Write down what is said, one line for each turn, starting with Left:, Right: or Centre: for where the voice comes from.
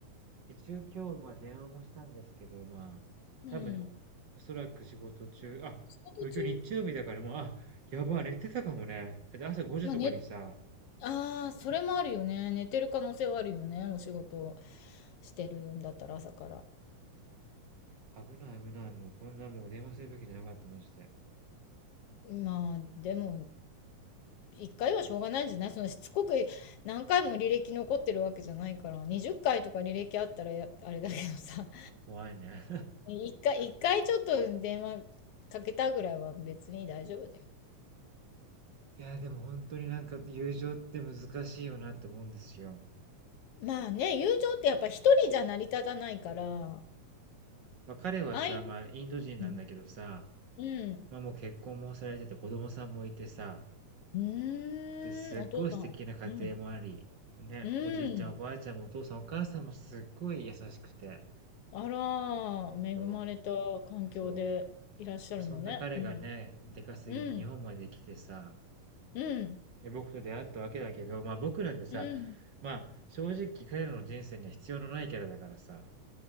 Right: 一応今日、まあ、電話もしたんですけど、まあ、
Left: うん。
Right: 多分、おおそらく仕事中あ、
Left: 仕事中
Right: でも今日日曜日だからもう、あ、やばい、寝てたかもね。だって朝5時とかにさ、
Left: まあ、ね、ああ、それもあるよね。寝てる可能性はあるよね。お仕事してるんだったら朝から。
Right: あ、危ない危ない、もうこんなもう電話するべきじゃなかった、まして
Left: まあ、でも、1回はしょうがないんじゃないそのしつこく何回も履歴残ってるわけじゃないから、20回とか履歴あったらやあれだけどさ、
Right: ま、怖いね。
Left: 1回1回ちょっと電話かけたぐらいは別に大丈夫だよ。
Right: いや、でもほんとになんか友情って難しいよなって思うんですよ。
Left: まあね、友情ってやっぱ一人じゃ成り立たないから、
Right: ま、彼はさ、
Left: あい
Right: ま、インド人なんだけどさ、
Left: うん、うん。
Right: ま、もう結婚もされてて子供さんもいてさ、
Left: うーん、
Right: で、すっごい素敵な家庭もあり、
Left: お父さん。うん。
Right: ね、
Left: うーん。
Right: おじいちゃんおばあちゃんもお父さんお母さんもすっごい優しくて、
Left: あら、恵まれた環境でいらっしゃるのね。
Right: そう、そう。そんな彼がね、
Left: うん。
Right: でかすぎて日本まで来てさ、
Left: うん。うん。
Right: で、僕と出会ったわけだけど、ま、僕なんてさ、
Left: うん。
Right: ま、正直彼らの人生には必要のないキャラだからさ。